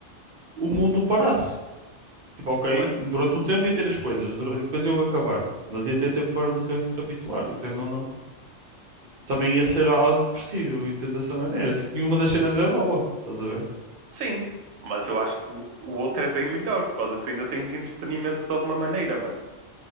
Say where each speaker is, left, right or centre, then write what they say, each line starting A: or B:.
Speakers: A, on the right; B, on the right.
A: o mundo parasse. Tipo, ok,
B: Ué,
A: durante um tempo ia ter as coisas, dura- depois eu ia acabar, mas ia ter tempo para me re- reabituar, e querendo ou não. Também ia ser algo depressivo, entendo dessa maneira. Tipo, nenhuma das cenas é boa, estás a ver?
B: sim, mas eu acho que o, o outro é bem melhor, por causa que tu ainda tens entretenimento de alguma maneira, mano.